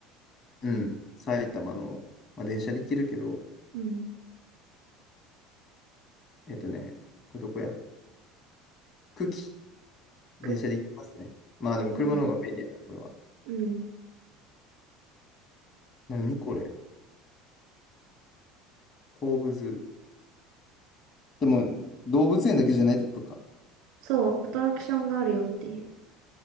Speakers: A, on the left; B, on the right.
A: うん。埼玉の、まあ、電車で行けるけど、
B: うん。
A: えっとね、これどこや久喜。電車で行きますね。
B: く
A: まあでも車の方が便利やな、
B: ね。
A: これは。
B: うん。
A: 何これ東武ズー。でも、動物園だけじゃないってことか。
B: そう、アトラクションがあるよっていう。